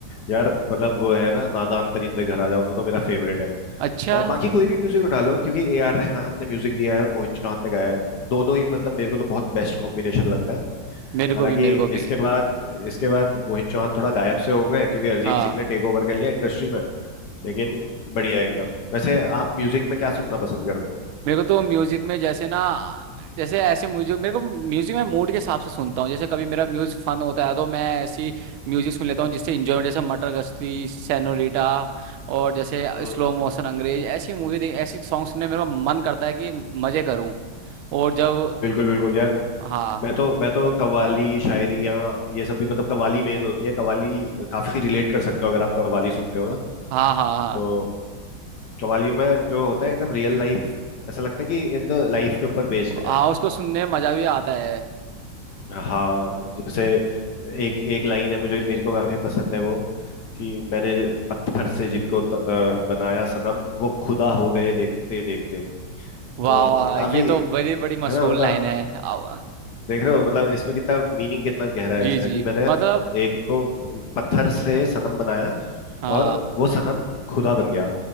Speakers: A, on the left; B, on the right.
A: यार मतलब वो है ना नादान परिंदे घर आ जाओ वो तो मेरा फेवरेट है
B: अच्छा
A: और बाकी कोई भी म्यूजिक उठा लो क्योंकि ए आर रहमान ने म्यूजिक दिया है और मोहित चौहान ने गाया है दोनों ही मतलब मेरे को तो बहुत बेस्ट कॉम्बिनेशन लगता है
B: मेरे को
A: हालांकि
B: भी मेरे को
A: इसके
B: भी
A: बाद इसके बाद मोहित चौहान थोड़ा गायब से हो गए क्योंकि अरिजीत
B: हाँ
A: सिंह ने टेक ओवर कर लिया इंडस्ट्री में लेकिन बढ़िया एकदम वैसे आप म्यूजिक में क्या सुनना पसंद करते हो
B: मेरे को तो म्यूजिक में जैसे ना जैसे ऐसे म्यूजिक मेरे को म्यूजिक मैं मूड के हिसाब से सुनता हूँ जैसे कभी मेरा म्यूजिक फन होता है तो मैं ऐसी म्यूजिक सुन लेता हूँ जिससे इंजॉय जैसे मटर गश्ती सेनोरिटा और जैसे
A: हम्म
B: स्लो
A: हम्म।
B: मोशन अंग्रेज ऐसी मूवी देख ऐसी सॉन्ग सुनने में मेरा मन करता है कि मजे करूँ और जब
A: बिल्कुल बिल्कुल यार
B: हाँ
A: मैं तो मैं तो कव्वाली शायरी या ये सब भी मतलब कव्वाली मेन होती है कव्वाली काफी रिलेट कर सकते हो अगर आप कव्वाली सुनते हो ना
B: हाँ हाँ हाँ
A: तो कव्वालियों में जो होता है एकदम रियल लाइफ ऐसा लगता है कि ये तो लाइफ के ऊपर बेस्ड
B: हाँ
A: है
B: उसको सुनने में मजा भी आता है
A: हाँ जैसे एक एक लाइन है मुझे मेरे को काफी पसंद है वो कि मैंने पत्थर से जिनको त, अ, बनाया सनम वो खुदा हो गए देखते देखते
B: वाह
A: तो
B: वाह
A: काफी
B: ये तो
A: है
B: बड़ी बड़ी मशहूर
A: ना मतलब
B: लाइन है आव-
A: देख रहे हो मतलब इसमें कितना मीनिंग कितना गहरा है
B: जी
A: इसका
B: जी
A: कि मैंने
B: मतलब
A: एक को पत्थर से सनम बनाया
B: हाँ
A: और वो सनम खुदा बन गया